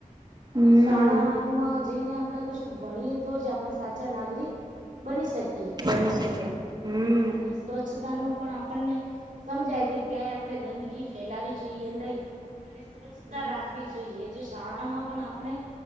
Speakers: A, on the right (about 30°); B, on the right (about 70°).
A: હમ
B: શાળામાં જઈને આપણેે કશું ભણીએ તો જ આપણે સાચા નાગરિક બની શકીએ
A: બની શકે. હમ
B: અને સ્વચ્છતા નું પણ આપણને સમજાય કે ક્યાંય આપણે ગંદગી ફેલાવી જોઈએ નહી. અને સ્વચ્છતા
A: હમ
B: રાખવી જોઈએ જો શાળામાં પણ. આપણે